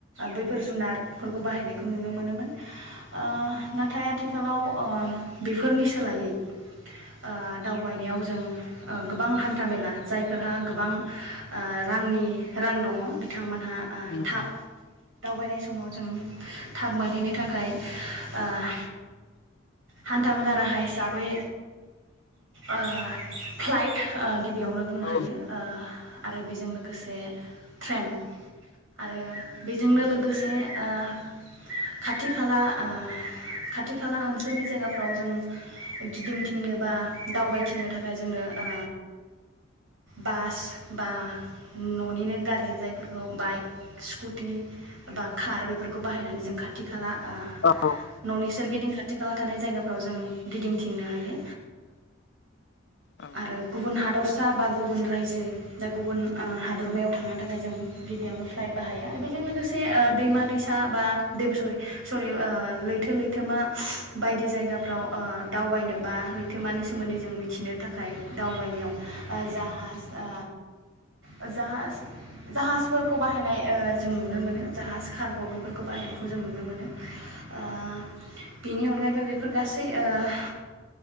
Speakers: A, on the right; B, on the left.
A: बैफोर जुनारफोरखौ बाहायनायखौ नुनो मोनोमोन ओ नाथाय आथिखालाव ओ बेफोरनि सोलायै ओ दावबायनायाव जों ओ गोबां हान्थामेला जायफोरहा गोबां ओ रांनि रां दङ बिथांमोनहा ओ
B: उम
A: थाब दावबायनाय समाव जों थाब मोनहैनो थाखाय ओह हान्थामेला राहा हिसाबै ओह फ्लाइट ओह बेयावनो बुंनो
B: औ
A: हायो ओह आरो बेजों लोगोसे ट्रेन आरो बेजोंनो लोगोसे ओह खाथि खाला ओह खाथि खाला ओनसोलनि जायगाफ्राव जों गिदिंथिंनो बा दावबायथिंनो थाखाय जोंनो ओ बास बा न'निनो गारि जायफोरखौ बाइक स्कुटि बा कार बेफोरखौ बाहायनानै जों खाथि खाला आह
B: औ
A: न'नि सोरगिदिं खाथि खाला थानाय जायगाफ्राव जों गिदिं थिंनो हायो।
B: औ
A: आरो गुबुन हादर सा बा गुबुन रायजो दा गुबुन हादरमायाव थांनो थाखाय जों गिबियावनो फ्लाइट बाहायो आरो बेजों लोगोसे दैमा दैसा बा दैमा सरि सरि लैथो लैथोमा बायदि जायगाफ्राव ओ दावबायनो बा लैथोमानि सोमोन्दै जों मिथिनो थाखाय दावबायनायाव जाहाज आ जाहाज जाहाजफोरखौ बाहायनाय जों नुनो मोनो जाहाज कार्ग' बैफोरखौ बाहायनायखौ जों नुनो मोनो। ओह बेनि अनगायैबो बेफोर गासै ओह